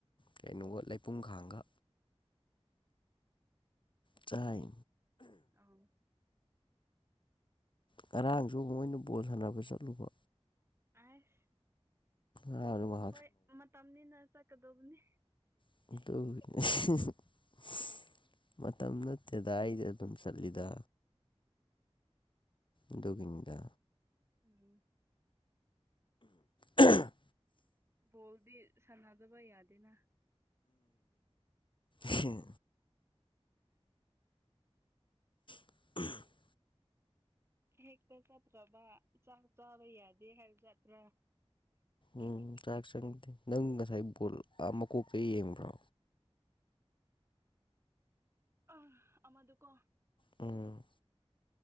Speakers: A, on the left; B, on the right.
A: ꯀꯩꯅꯣꯒ ꯂꯩꯄꯨꯡꯈꯥꯡꯒ ꯆꯥꯏ
B: ꯑ
A: ꯉꯔꯥꯡꯁꯨ ꯃꯣꯏꯅ ꯕꯣꯜ ꯁꯥꯟꯅꯕ ꯆꯠꯂꯨꯕ
B: ꯑꯁ
A: ꯑꯣ
B: ꯍꯣꯏ ꯃꯇꯝꯅꯤꯅ ꯆꯠꯀꯗꯧꯕꯅꯤ
A: <unintelligible> ꯃꯇꯝ ꯅꯠꯇꯦꯗ ꯑꯩꯗ ꯑꯗꯨꯝ ꯆꯠꯂꯤꯗ ꯑꯗꯨꯒꯤꯅꯤꯗ
B: ꯎꯝ
A: ꯎꯝ
B: ꯣꯜꯗꯤ ꯁꯅꯥꯗꯕꯏ ꯌꯥꯗꯅ
A: ꯍꯝ <unintelligible>
B: ꯍꯦꯛꯇ ꯆꯠꯇ꯭ꯔꯕ ꯆꯥꯛ ꯆꯥꯕ ꯌꯥꯗꯦ ꯍꯥꯏꯕ ꯆꯠꯇ꯭ꯔꯥ
A: ꯎꯝ ꯆꯥꯛ ꯆꯪꯗꯦ ꯅꯪ ꯉꯁꯥꯏ ꯕꯣꯜ ꯃꯀꯣꯛꯇ ꯌꯦꯡꯕ꯭ꯔꯣ
B: ꯑꯪ ꯑꯃꯗꯨꯀꯣ
A: ꯎꯝ